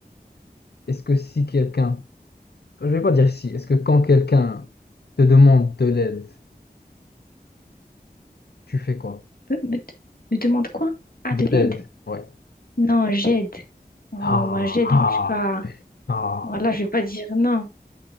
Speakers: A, on the left (about 75°); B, on the left (about 60°).
A: est-ce que si quelqu'un, je vais pas dire si, est-ce que quand quelqu'un te demande de l'aide, tu fais quoi?
B: Me, me- me demande quoi? Ah,
A: De
B: de l'aide?
A: l'aide, ouais.
B: Non, j'aide. Oh,
A: Ah,
B: moi, j'aide.
A: ah,
B: Moi, je suis pas.
A: ah.
B: Voilà, je vais pas dire non.